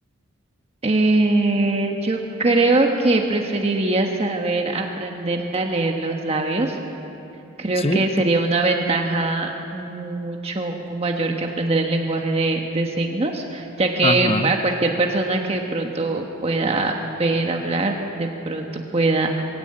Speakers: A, on the right; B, on the left.
A: Eh, yo creo que preferiría saber aprender a leer los labios. Creo
B: Sí,
A: que sería
B: po-
A: una ventaja mucho mayor que aprender el lenguaje de, de signos, ya que
B: ajá.
A: a cualquier persona que de pronto pueda ver, hablar, de pronto pueda